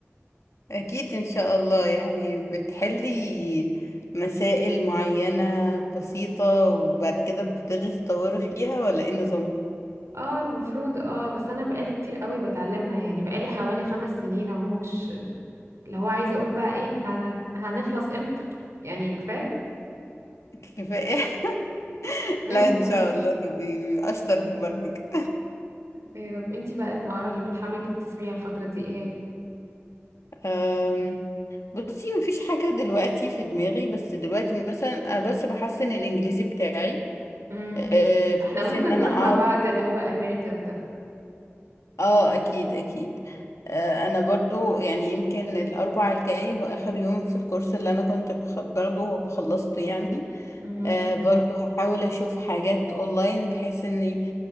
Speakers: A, on the left (about 80°); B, on the right (about 80°).
A: اكيد ان شاء الله يعني بتحلي مسائل معينه بسيطه وبعد كده بتبتدي تطوري فيها ولا ايه النظام
B: اه المفروض اه بس انا بقالي كتير قوي بتعلمها يعني بقالي حوالي خمس سنين اهو مش اللي هو عايزه اقول بقى ايه ه- هنخلص امتى يعني كفايه
A: <laughs> كفايه <laughs>
B: كفاية
A: لا
B: بجد
A: ان شاء الله تبقي اشطر مبرمجه
B: يا رب انتي بقى المهارة اللي بتحاولي تكتسبيها الفترة دي ايه هي
A: أم، بصي مفيش حاجة دلوقتي في دماغي بس دلوقتي مثلا أنا بس بحسن الإنجليزي بتاعي
B: امم
A: أه، بحيث
B: احنا ممكن
A: إن أنا
B: نروح
A: أعرف
B: مع بعض اللي هو امريكان ده
A: آه أكيد أكيد أه، أنا برضو يعني يمكن الأربع الجاي هو آخر يوم في الكورس اللي أنا كنت بخ- باخده وخلصته يعني
B: امم
A: أه، برضو هحاول أشوف حاجات أونلاين بحيث إني